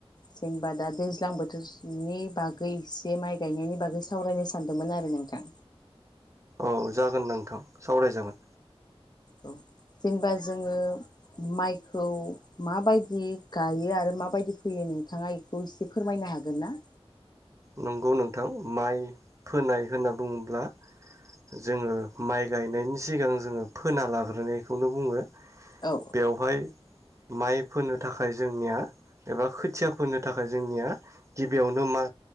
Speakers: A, on the left; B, on the right.
A: जेनेबा दा दैज्लां बोथोरनि बागै एसे माइ गायनायनि बागै सावरायनो सानदोंमोन आरो नोंथां।
B: औ जागोन नोंथां सावराय जागोन।
A: औ जेनेबा जोङो माइखौ माबायदि गायो आरो माबायदि फोयो नोंथाङा इखौ इसे फोरमायनो हागोन ना?
B: नंगौ नोंथां माइ फोनाय होनना बुङोब्ला जोङो माइ गायनायनि सिगां जोङो फोना लाग्रोनायखौनो बुङो।
A: औ
B: बेवहाय माइ फोनो थाखाय जोंनिया एबा खोथिया फोनो थाखाय जोंनिया गिबियावनो मा